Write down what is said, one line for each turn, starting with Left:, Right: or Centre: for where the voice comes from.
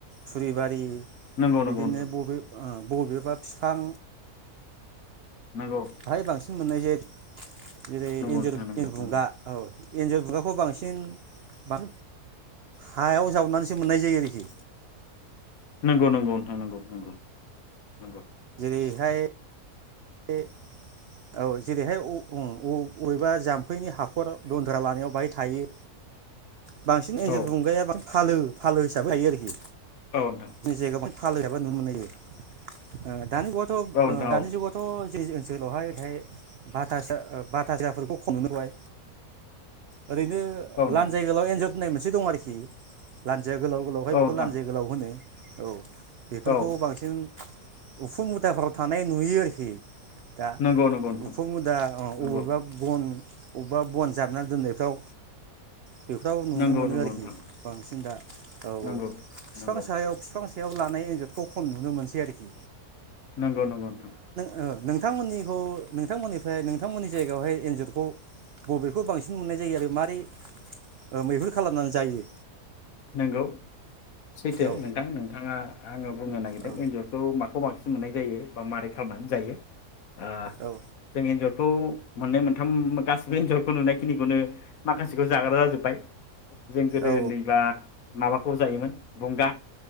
Right: थुरिबारि
Left: नंगौ
Right: बिदिनो
Left: नंगौ नोंथां
Right: बबे आ बबेबा बिफां
Left: नोंगौ
Right: बाहाय बांसिन मोननाय जे जेरै एन्जर
Left: नोंथां नंगौ
Right: एन्जर
Left: नंगौ
Right: बगा औ <unintelligible> खौ बांसिन बां हायाव जावनानैसो मोननाय जायो आरोखि
Left: नंगौ नंगौ नोंथां नंगौ नंगौ नंगौ
Right: बेहाय बे औ जेरैहाय औ अबेबा जाम्फैनि हाखर दन्द्रा लानायाव बाहाय थायो। बांसिन एन्जर
Left: औ
Right: बुंगाया बां फालो फालो हिसाबै थायो आरोखि।
Left: औ नोंथां
Right: जि जायगाव बां फालो एबा नुनो मोननाय जायो ओ दानि गथब
Left: औ नोंथां
Right: ओ दानि
Left: औ
Right: जुगा ज जै ओनसोलावहाय ओरैहाय बाथासो बाथा साफोरखौ खम नुबाय। ओरैनो
Left: औ नोंथां
Right: लानजाय
Left: औ
Right: गोलाव एन्जर होनाय मोनसे दं आरोखि लान जे गोलाव गोलावहाय बेखौ
Left: नोंथां
Right: लान्जाय गोलाव होनो। औ। बेफोरखौ
Left: औ
Right: बांसिन उखुं मुदाफोराव थानाय नुयो आरोखि खि। दा
Left: नंगौ नंगौ नोंथां
Right: उखुम मोदा
Left: नंगौ
Right: ओं अबेबा बन अबेबा बन जाबना दोननायफ्राव बेफोराव नुनो
Left: नंगौ
Right: मोनो
Left: नंगौ
Right: आरोखि
Left: नोंथां
Right: बांसिन दा औ
Left: नंगौ
Right: औ फिफां
Left: नंगौ
Right: सायाव फिफां
Left: औ
Right: सायाव लानाय एन्जर खौ खम नुनो मोनसै आरोखि।
Left: नंगौ नंगौ नोंथां।
Right: ओ नोंथांमोननिखौ नोंथांमोननिफ्राय नोंथांमोननि जायगायावहाय एन्जरखौ बबेखौ बांसिन मोननाय जायो आरो मारै मैहुर खालामनानै जायो?
Left: नंगौ सैथो
Right: औ
Left: नोंथां नोंथांङा आंओ बुंनो नागिरदों
Right: औ
Left: एन्जरखौ माखौ बांसिन मोननाय जायो बा मारै खालामनानै जायो ओ
Right: औ
Left: जों एन्जर खौ मोननै मोनथाम गासिबो एनजर नुनायखिनिखौनो माखासेखौ जाग्रा जाजोब्बाय जों गोदो
Right: औ
Left: उन्दैबा माबाखौ जायोमोन गंगा